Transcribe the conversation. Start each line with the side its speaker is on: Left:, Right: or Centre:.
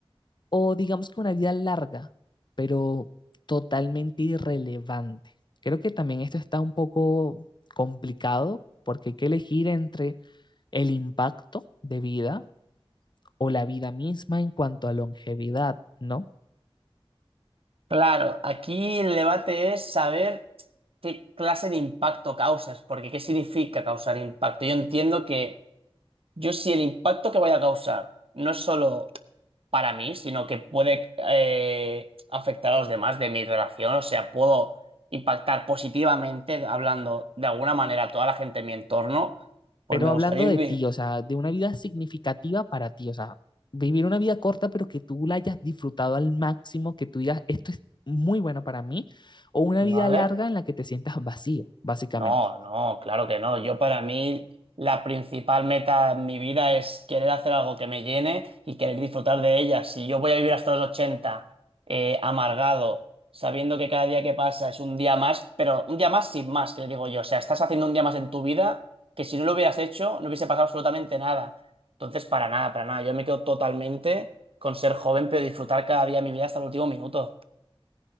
Left: ¿O digamos que una vida larga, pero totalmente irrelevante? Creo que también esto está un poco complicado porque hay que elegir entre el impacto de vida o la vida misma en cuanto a longevidad, ¿no?
Right: Claro, aquí el debate es saber qué clase de impacto causas, porque ¿qué significa causar impacto? Yo entiendo que yo si el impacto que voy a causar no es solo para mí, sino que puede eh, afectar a los demás de mi relación. O sea, puedo impactar positivamente hablando de alguna manera a toda la gente en mi entorno,
Left: Pero
Right: pues me
Left: hablando
Right: gustaría
Left: de
Right: vivir,
Left: ti, o sea, de una vida significativa para ti, o sea, vivir una vida corta, pero que tú la hayas disfrutado al máximo, que tú digas, esto es muy bueno para mí, o una
Right: ¿vale?
Left: vida larga en la que te sientas vacío, básicamente.
Right: No, no, claro que no. Yo para mí la principal meta en mi vida es querer hacer algo que me llene y querer disfrutar de ella. Si yo voy a vivir hasta los 80 eh, amargado, sabiendo que cada día que pasa es un día más, pero un día más sin más, que le digo yo. O sea, estás haciendo un día más en tu vida que si no lo hubieras hecho no hubiese pasado absolutamente nada. Entonces, para nada, para nada. Yo me quedo totalmente con ser joven, pero disfrutar cada día de mi vida hasta el último minuto.